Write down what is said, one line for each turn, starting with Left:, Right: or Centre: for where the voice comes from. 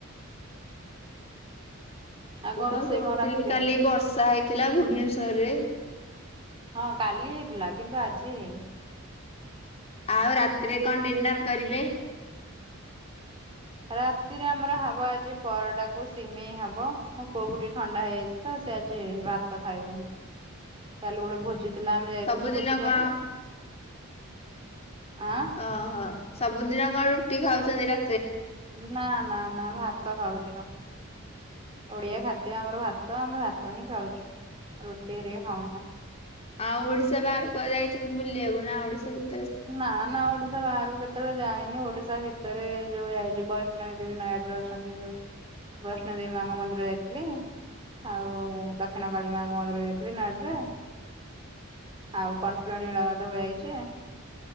Right: ଆଉ
Left: ମୁଁ କଣ
Right: ରୋଷେଇ
Left: ଶୁଣୁଥିଲି
Right: ରାତିରେ
Left: କାଲି ବର୍ଷା ହେଇଥିଲା ଭୁବନେଶ୍ଵର ରେ।
Right: ହଁ କାଲି ହେଇଥିଲା କିନ୍ତୁ ଆଜି ହେଇନି।
Left: ଆଉ ରାତିରେ କଣ ଡିନର୍ କରିବେ।
Right: ରାତିରେ ଆମର ହବ ଆଜି ପରଟାକୁ ସିମେଇ ହବ ମୋ ପୁଅ କୁ ଟିକେ ଥଣ୍ଡା ହେଇଯାଇଛି ତ। ସେ ଆଜି ଭାତ ଖାଇବନି କାଲି ଗୋଟେ ଭୋ ଭଜିଥିଲା ଆମେ ଯାଇଥିଲୁ
Left: ସବୁଦିନ
Right: ଭୋଜି ଖାଇ
Left: କଣ
Right: ଆଁ।
Left: ଓହୋ ସବୁଦିନ କଣ ରୁଟି ଖାଉଛନ୍ତି ରା
Right: ନା ନା ନା ଭାତ ଖାଉଚୁ। ଓଡିଆ ଖାଦ୍ୟ ଆମର ଭାତ ଆମେ ଭାତ ହିଁ ଖାଉଛୁ। ରୁଟି ହରିକା ଖାଉନୁ।
Left: ଆଉ ଓଡିଶା ବାହାର କୁହାଯାଇଛନ୍ତି ବୁଲିବାକୁ ନା ଓଡିଶା ଭି
Right: ନା ନା ଓଡିସା ବାହାରକୁ। କେତେବେଳେ ଯାଇନି ଓଡିଶା ଭିତରେ ଯୋଉ ଯଇଛି ବୈଷ୍ଣବୀ ଦେବୀ ନୟାଗଡ ରେ ଅଛନ୍ତି ଯୋଉ। ବୈଷ୍ଣ ଦେବୀ ମାଙ୍କ ମନ୍ଦିର ଯାଇଥିଲି ଆଉ ଦ ଦକ୍ଷିଣ କାଳୀ ମାଙ୍କ ମନ୍ଦର ଯାଇଥିଲି ନୟାଗଡ଼ରେ। ଆଉ କଣ୍ଟିଲୋ ନୀଳମାଧବ ଯାଇଚି।